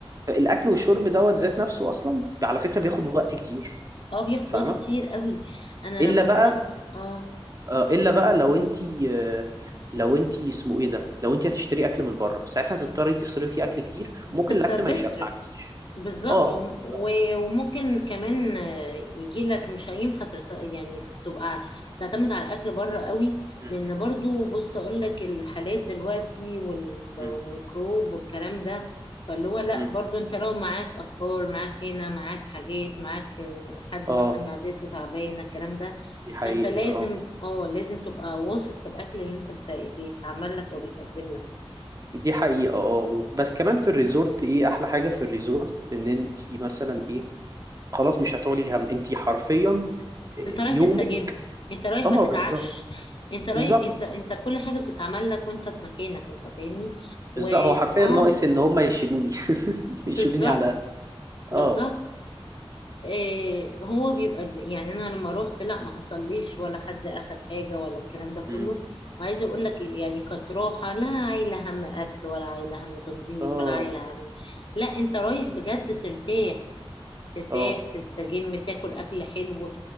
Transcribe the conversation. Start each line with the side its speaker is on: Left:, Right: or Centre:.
Right: الاكل والشرب دوت ذات نفسه اصلا على فكره بياخد وقت كتير
Left: اه بياخد
Right: فاهمه
Left: وقت كتير قوي انا
Right: الا
Left: لما
Right: بقى
Left: بن... اه
Right: آه، الا بقى لو انتي آه، لو انتي اسمه ايه ده لو انتي هتشتري اكل من بره ساعتها هتضطري تصرفي فيه اكل كتير وممكن
Left: بس
Right: الاكل
Left: هتصرف
Right: ما يشبعكيش
Left: بالظبط
Right: اه
Left: وم-
Right: بالظبط
Left: و- وممكن كمان يجي لك مش هينفع ترت- يعني تبقى تعتمد على الاكل بره قوي
Right: مم،
Left: لان برضو بص اقول لك الحالات دلوقتي وال-
Right: مم،
Left: والميكروب والكلام ده فاللي هو لا
Right: مم.
Left: برضو انت لو معاك اطفال معاك هنا معاك حاجات معاك حد
Right: اه
Left: مثلا معدته تعبانه الكلام ده
Right: دي حقيقة
Left: فانت لازم
Right: اه
Left: اه لازم تبقى واثق في الاكل اللي انت بت- بيتعمل لك او بيتقدم لك
Right: دي حقيقة اه بس كمان في الريزورت ايه احلى حاجة في الريزورت ان انتي مثلا ايه خلاص مش هتعولي هم انتي حرفيا آه،
Left: انت رايح
Right: يومك
Left: تستجم انت رايح
Right: اه
Left: ما تتعبش
Right: بالظبط
Left: انت رايح
Right: بالظبط
Left: انت انت كل حاجه بتتعمل لك وانت في مكانك انت فاهمني و
Right: بالظبط هو حرفيا
Left: اه
Right: ناقص ان هما يشيلوني <laughs>
Left: بالظبط
Right: يشيلوني على
Left: بالظبط
Right: اه
Left: إيه هو بيبقى د- يعني انا لما روحت لا ما حصليش ولا حد اخد حاجه ولا الكلام ده كله
Right: مم.
Left: وعايزه اقول لك ال- يعني كانت راحه لا عايله هم اكل ولا عايله هم تنظيف
Right: اه
Left: ولا عايله هم لا انت رايح بجد
Right: مم.
Left: ترتاح ترتاح
Right: اه
Left: تستجم تاكل اكل حلو